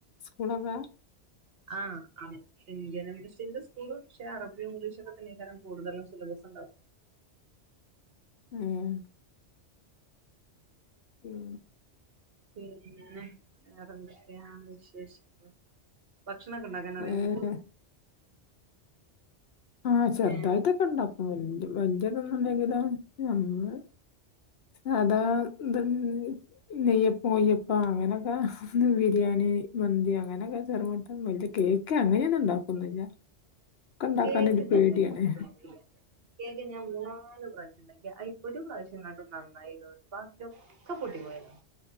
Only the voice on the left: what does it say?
സ്കൂളൊക്കെ
ഉം ഉം
ഏഹ്
ആഹ് ചെറുതായിട്ടൊക്കെ
ഇണ്ടാക്കും വല്യ വല്യ തൊന്നുല്ലെങ്കിലും ഞമ്മള് സാധാ ത് നെയ്യപ്പ ഉയ്യപ്പ അങ്ങനൊക്കെ ന്ന് ബിരിയാണി മന്തി അങ്ങനെയൊക്കെ ചെറു മട്ടം വലിയ കേ ക്ക് അങ്ങനെ ന്നും ണ്ടാക്കൂല്ല ഞാൻ ക്കെ ണ്ടാക്കാനൊരു
പേടിയാണ്.